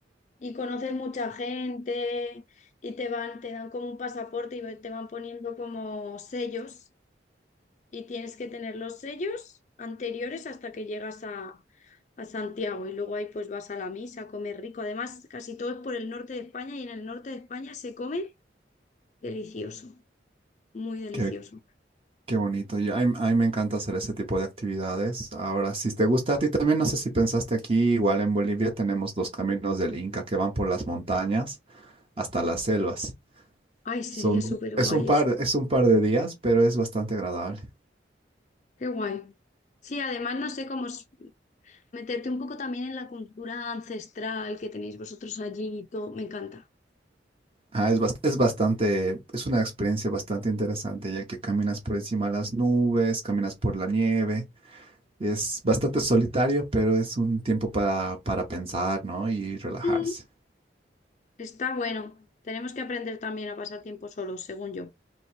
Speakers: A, on the left; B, on the right.
A: y conoces mucha gente y te van, te dan como un pasaporte y te van poniendo como sellos y tienes que tener los sellos anteriores hasta que llegas a, a Santiago y luego ahí pues vas a la misa a comer rico. Además, casi todo es por el norte de España y en el norte de España se come delicioso, muy delicioso.
B: Qué, qué bonito. Y a mí, a mí me encanta hacer ese tipo de actividades. Ahora, si te gusta a ti también, no sé si pensaste aquí, igual en Bolivia tenemos los caminos del Inca que van por las montañas hasta las selvas.
A: Ay, sería
B: Son,
A: súper
B: un- es
A: guay
B: un par,
A: eso.
B: es un par de días, pero es bastante agradable.
A: Qué guay. Sí, además no sé cómo es- meterte un poco también en la cultura ancestral que tenéis vosotros allí y todo. Me encanta.
B: Ah, es, bas- es bastante, es una experiencia bastante interesante, ya que caminas por encima de las nubes, caminas por la nieve. Es bastante solitario, pero es un tiempo para, para pensar, ¿no? Y relajarse.
A: Mm. Está bueno. Tenemos que aprender también a pasar tiempo solos, según yo.